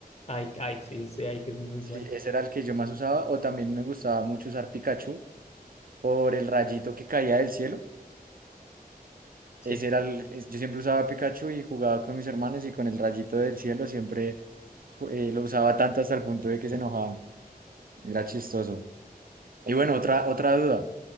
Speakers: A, on the left; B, on the right.
A: Ike, Ike, sí, sí, Ike es muy
B: Sí,
A: bueno.
B: ese era el que yo más usaba. O también me gustaba mucho usar Pikachu por el rayito que caía del cielo.
A: Sí.
B: Ese era el- es- yo siempre usaba Pikachu y jugaba con mis hermanos y con el rayito del cielo siempre ju- eh, lo usaba tanto hasta el punto de que se enojaba. Era chistoso. Y bueno, otra, otra duda.